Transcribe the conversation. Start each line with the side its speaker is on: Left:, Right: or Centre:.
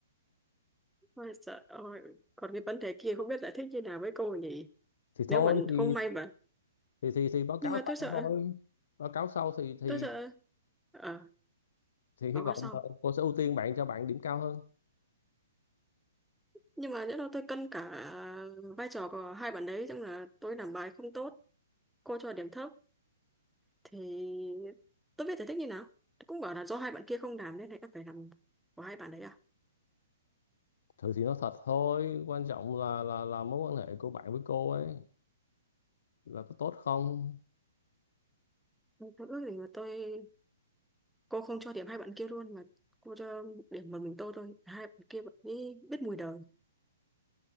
Centre: Ôi trời ơi còn cái vấn đề kia không biết giải thích như nào với cô nhỉ
Left: thì
Centre: nếu
Left: thôi
Centre: mà
Left: thì
Centre: không may mà
Left: thì thì, thì báo cáo
Centre: nhưng mà
Left: sau
Centre: tôi sợ
Left: thôi báo cáo sau thì thì
Centre: tôi sợ ờ
Left: thì hy
Centre: báo
Left: vọng
Centre: cáo sau
Left: là cô sẽ ưu tiên bạn cho bạn điểm cao hơn
Centre: nhưng mà nhỡ đâu tôi cân cả vai trò của hai bạn đấy trong là tôi làm bài không tốt cô cho điểm thấp thì tôi biết giải thích như nào tôi cũng bảo là do hai bạn kia không làm nên là các phải làm của hai bạn đấy à
Left: thử thì nói thật thôi quan trọng là là là mối quan hệ của bạn với cô ấy là có tốt không
Centre: tôi, tôi ước gì mà tôi cô không cho điểm hai bạn kia luôn mà cô cho điểm một mình tôi thôi hai bạn kia bạn ấy biết mùi đời